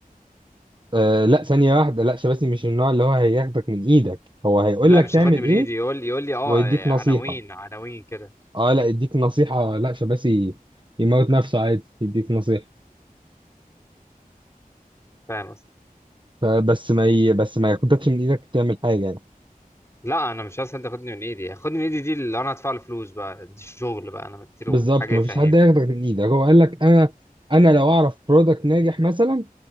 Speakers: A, on the right; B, on the left.
A: آه لا ثانيه واحده لا شباسي مش من النوع اللي هو هياخدك من ايدك هو هيقول
B: لا
A: لك
B: مش
A: تعمل
B: هياخدني من
A: ايه
B: ايدي يقول يقول لي اه
A: ويديك
B: عناوين
A: نصيحه
B: عناوين كده
A: اه لا يديك نصيحة لا شباسي يموت نفسه عادي يديك نصيحة
B: فاهم
A: فبس ما ي... بس ما ياخدكش من ايدك تعمل حاجة يعني
B: لا انا مش عايز حد ياخدني من ايدي ياخدني من ايدي دي اللي انا هدفع له فلوس بقى دي شغل بقى انا بديله
A: بالظبط
B: حاجه
A: ما
B: يفهمني
A: فيش حد هياخدك من ايدك هو قال لك انا انا لو اعرف برودكت ناجح مثلا